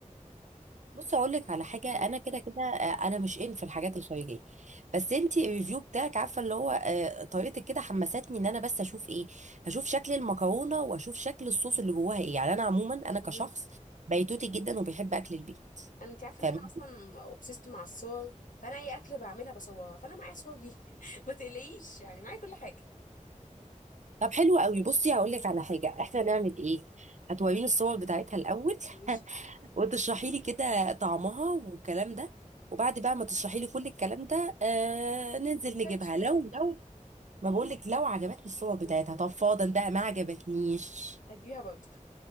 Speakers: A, on the right (about 60°); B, on the left (about 75°).
A: بص اقول لك على حاجه
B: امم
A: انا كده كده آه، انا مش ان في الحاجات الخارجيه بس انت الريفيو بتاعك عارفه اللي هو آه، طريقتك كده حمستني ان انا بس اشوف ايه هشوف شكل المكرونه واشوف شكل الصوص اللي جواها ايه يعني انا عموما انا كشخص
B: امم
A: بيتوتي جدا وبيحب اكل البيت
B: انا انت عارفه
A: فاهم
B: ان انا اصلا اوبسيست مع الصور فانا اي اكله بعملها بصورها فانا معايا صور دي <laughs> ما تقلقيش يعني معايا كل حاجه
A: طب حلو قوي بصي هقول لك على حاجه احنا نعمل ايه هتوريني الصور بتاعتها الاول
B: ماشي
A: <laughs> وتشرحي لي كده طعمها والكلام ده وبعد بقى ما تشرحي لي كل الكلام ده آه ننزل نجيبها
B: فكرتش فيها
A: لو
B: ولا لا
A: لو ما بقولك لو عجبتني الصور بتاعتها طب فاضل بقى ما عجبتنيش
B: هجيبها برضه